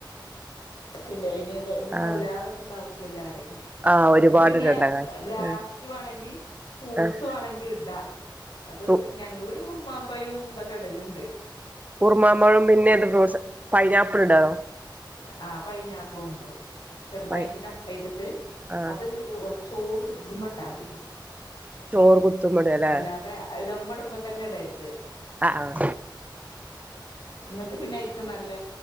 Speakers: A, on the left (about 85°); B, on the right (about 20°).
A: ചെലേയിന് വെ വഹല്ലാതെ
B: ആഹ്
A: ഇടണ്ടാവശ്യ ഇല്ലാറ എന്നിട്ട്
B: ആഹ് ഒരുപാടിടണ്ട
A: പിന്നെ
B: ല്ലേ.
A: ലാസ്റ്റ്
B: ആഹ്
A: വാണെങ്കി ഫൂട്സ്
B: ആഹ്
A: വാണങ്കിൽ ഇടാ അത്
B: കു
A: ഞങ്ങള് ഉർമാമ്പായും ന്താ ക്കെടലുണ്ട്
B: ഉറുമാമ്പഴും പിന്നെത് ഫ്രൂട്ട്സ് പൈനാപ്പിൾ ഇടോ
A: ആ പൈനാപ്പിളും ഇടും ചെറുതായിട്ട്
B: പൈ
A: കട്ട് ചെയ്തിട്ട്
B: ആഹ്
A: അത് ചോറ് കുത്തുംപെട്ടാതി
B: ചോറ്
A: ഏഹ്
B: കുത്തുമ്മടല്ലേ
A: അല്ലാതെ ദമ്മ് ഇടുമ്പോ തന്നെ ഇടരുത്
B: ആഹ് ആഹ്
A: എന്നിട്ട് പിന്നെയിക്കു നല്ല